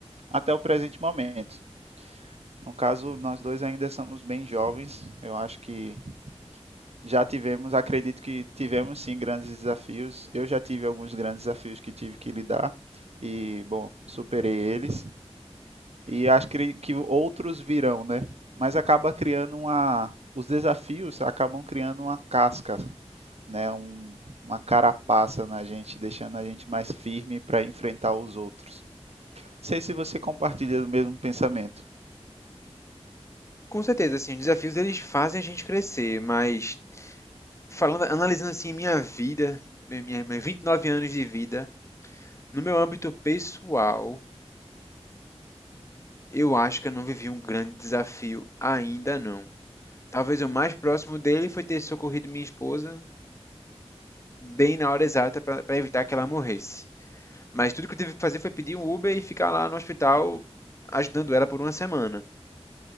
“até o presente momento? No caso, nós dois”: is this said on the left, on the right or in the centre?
Right